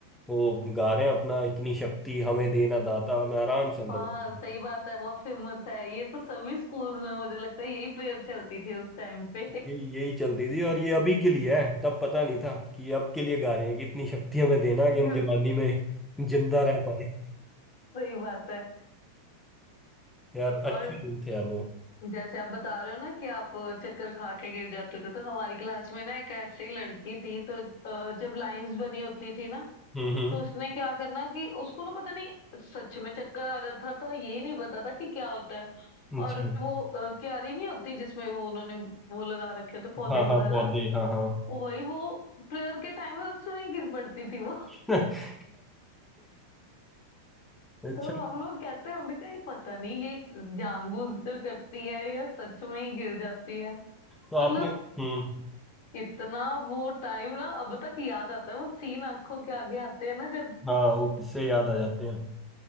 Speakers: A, in the centre; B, on the left (about 50°).
A: वो गा रहे हैं अपना इतनी शक्ति हमें देना दाता मैं आराम से अंदर
B: हाँ
A: बैठा
B: सही बात है बहुत फेमस है ये तो सभी स्कूल्स में मुझे लगता है यही प्रेयर चलती थी उस टाइम पे
A: यही यही चलती थी और ये अभी के लिए है तब पता नहीं था कि ये अब के लिए गा रहे हैं कि इतनी शक्ति हमें देना कि हम
B: <laughs>
A: जवानी में जिंदा रह पाए
B: सही बात है
A: यार
B: और
A: अच्छे दिन थे यार वो
B: जैसे आप बता रहे हो ना कि आप चक्कर खा के गिर जाते थे तो हमारी क्लास में ना एक ऐसी लड़की थी तो अ, जब लाइंस बनी होती थी ना
A: हम्म हम्म
B: तो उसने क्या करना कि उसको ना पता नहीं सच में चक्कर आ जाता था ये नहीं पता था कि क्या होता है
A: अच्छा
B: और वो अ, क्यारी नहीं होती जिसमें वो उन्होंने वो लगा रखे होते पौधे
A: हाँ
B: वगैरह
A: हाँ पौधे हाँ हाँ
B: वो वही वो प्रेयर के टाइम में उसमें ही गिर पड़ती थी वो
A: <laughs>
B: <laughs>
A: अच्छा
B: तो हम लोग कहते हैं हमने कहा ये पता नहीं ये जानबूझकर करती है या सच में ही गिर जाती है
A: तो आपने
B: मतलब
A: हम्म
B: इतना वो टाइम ना अब तक याद आता है वो सीन आंखों के आगे आते हैं ना जब
A: हाँ वो किससे याद आ जाते हैं